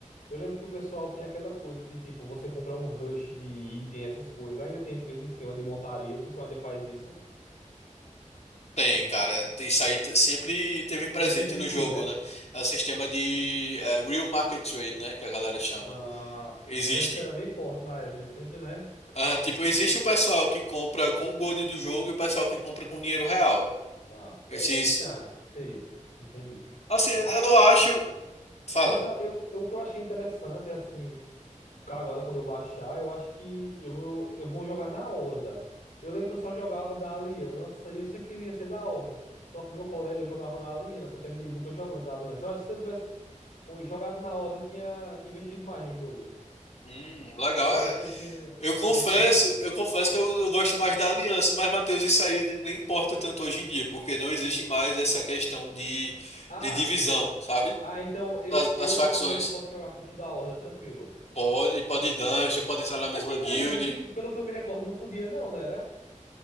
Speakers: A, on the left (about 85°); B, on the left (about 55°).
A: Eu lembro que o pessoal tinha aquela coisa de tipo, você comprar um rush de item, essas coisas. Ainda tem esse mesmo esquema de montaria, o pessoal ainda faz isso.
B: Tem, cara. Isso aí t- sempre teve presente
A: Sempre existiu,
B: no jogo,
A: né?
B: né? É o sistema de é, Real Market Trade, né? Que a galera chama.
A: Ah,
B: Existe.
A: eu lembro que você era bem forte na época, sempre, né?
B: Ah, tipo, existe o pessoal que compra com o gold do jogo e o pessoal que compra com dinheiro real.
A: Ah,
B: Esses.
A: te- é, tá, entendi, entendi.
B: Assim, eu
A: Aí,
B: não
A: ah,
B: acho. Fala.
A: mas eu, eu, eu- o que eu achei interessante é assim, cara, agora quando eu baixar, eu acho que eu, vou- eu, vou jogar na Horda. Eu lembro que eu só jogava da Aliança e eu sempre queria ser da Horda. Só que o meu colega jogava na Aliança, eu terminei nunca jogando da Aliança. Eu acho que se eu tivesse co- jogado na Horda, eu tinha investido mais no jogo.
B: Hum, legal.
A: Eu
B: É,
A: acho que eu tinha
B: Eu confesso,
A: investido mais.
B: eu confesso que eu, eu gosto mais da aliança, mas, Matheus, isso aí nem nem importa tanto hoje em dia, porque não existe mais essa questão de,
A: Ah,
B: de divisão, sabe?
A: ah, então eu,
B: das
A: eu
B: das facções.
A: da Aliança posso jogar com tudo da Horda, tranquilo.
B: Pode, pode ir dungeon, pode entrar na
A: Antigamente,
B: mesma guild.
A: pelo que eu me recordo, não podia não, né? Era-